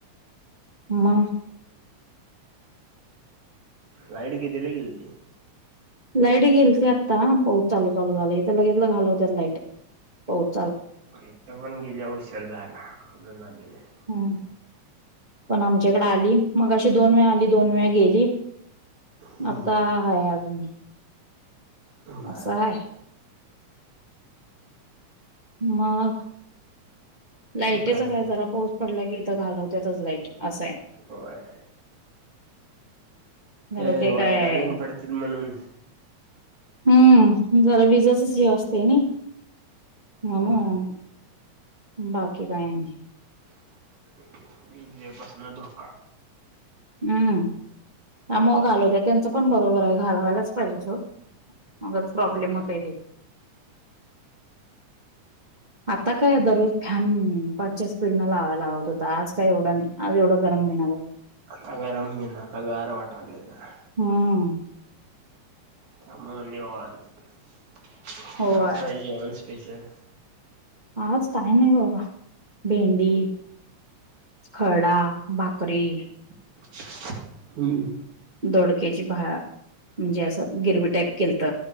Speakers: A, on the right (about 20°); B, on the right (about 85°).
A: म
B: लाईट कितीला गेलती?
A: लाईट गेलती आता पाऊच चालू- चालू झालय इथ लगेच घालवत्यात लाईट पाऊच
B: इथ पण गेल्या उशर झाला अजून आली नाही
A: हम्म पण आमच्याकडे आली मगाशी दोन वेळा आली दोन वेळा गेली
B: हम्म
A: आता - आहे अजून
B: बर
A: असं
B: -बर
A: हाय मग लाईटेच
B: मग
A: काय
B: आणि
A: जरा पाऊस पडला की इथं घालवत्यातच लाईट असं आहे.
B: होय..
A: नाही
B: ते वायरा
A: काय
B: तेन पडतील म्हणून
A: हम्म जरा विजेचच हे असतय नय म्हणून
B: होय
A: बाकी काय नाय
B: <unintelligible> विजेपासन धोका
A: हम्म त्या मुळ घालवत्यात त्यांचं पण बरोबर आहे घालवायलाच पाहिजे सोड उगाच प्रॉब्लेम
B: होय
A: होतय लय आता काय दररोज फॅन पाचच्या स्पीड न लावायला लावत होता आज काय एवढं नाही आज एवढं गरम होईना झालंय
B: आता गरम होईना आता गार वाटालय जरा
A: हम्म
B: त्यामुळं निवांत <unintelligible>
A: होय
B: आज काय जेवण स्पेशल
A: आज काय नाही बाबा भेंडी खरडा, भाकरी
B: <unintelligible> हम्म
A: दोडक्याची भा- म्हणजे असं गिरवी टाईप केलत-